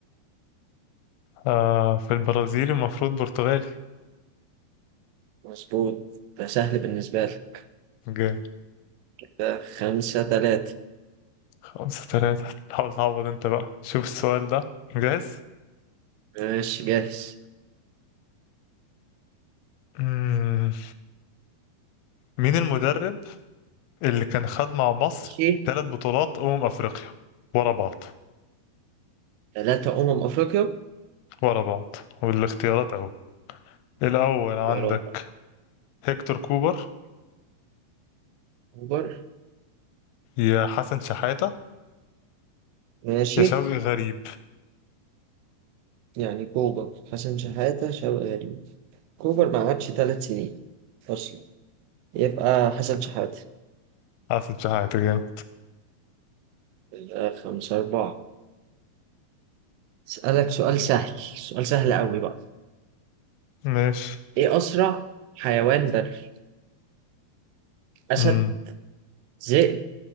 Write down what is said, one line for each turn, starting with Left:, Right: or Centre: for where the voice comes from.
Left: آه في البرازيل المفروض برتغالي
Right: مظبوط ده سهل بالنسبة لك
Left: جامد
Right: ده خمسة تلاتة
Left: خمسة ثلاثة حاول تعوض انت بقى شوف السؤال ده جاهز
Right: ماشي جاهز
Left: مم. مين المدرب اللي كان خد مع مصر
Right: ماشي
Left: ثلاث بطولات أمم أفريقيا ورا بعض
Right: تلاتة أمم أفريقيا
Left: ورا بعض والاختيارات أهو الأول عندك
Right: اختيارات
Left: هيكتور كوبر
Right: أكبر
Left: يا حسن شحاتة
Right: ماشي
Left: يا شوقي غريب
Right: يعني كوبر حسن شحاتة شوقي غريب كوبر ما قعدش ثلاث سنين أصلا يبقى حسن شحاتة
Left: حسن شحاتة جامد
Right: يبقى خمسة أربعة أسألك سؤال سهل سؤال سهل قوي بقى
Left: ماشي
Right: إيه أسرع حيوان بري أسد
Left: مم.
Right: ذئب